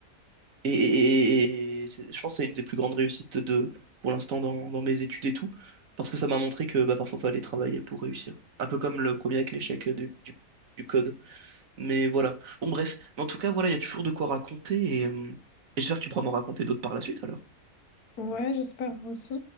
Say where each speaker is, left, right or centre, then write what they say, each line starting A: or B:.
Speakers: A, on the right (about 65°); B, on the left (about 80°).
A: Et, et- et- et c'est- je pense que c'est une des plus grandes réussites de, pour l'instant dans, dans mes études et tout, parce que ça m'a montré que bah, parfois il fallait travailler pour réussir. Un peu comme le premier avec l'échec du, du- du code. Mais voilà. Bon, bref. Mais en tout cas, voilà, il y a toujours de quoi raconter et, euh, et j'espère que tu pourras m'en raconter d'autres par la suite alors.
B: ouais, j'espère aussi.